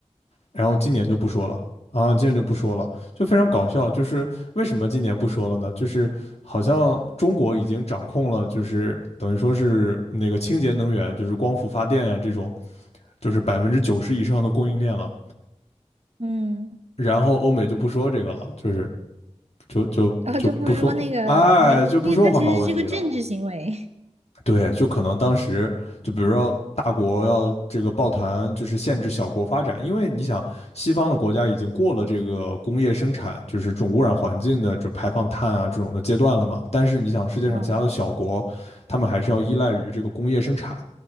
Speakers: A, on the left; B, on the right.
A: 然后今年就不说了啊，今年就不说了，就非常搞笑。就是为什么今年不说了呢？就是好像中国已经掌控了，就是等于说是那个清洁能源，就是光伏发电呀、这种，就是百分之九十以上的供应链了。
B: 嗯，
A: 然后欧美就不说这个了，就是就就就不说，
B: 然后就不说那个那个，
A: 哎，就不说环保问题了。
B: 所以它其实是个政治行为，
A: 对，就可能当时就比如说大国要这个抱团，就是限制小国发展，因为你想西方的国家已经过了这个工业生产，就是这种污染环境的这排放碳啊这种的阶段了嘛。但是你想世界上其他的小国，
B: 嗯
A: 他们还是要依赖于这个工业生产，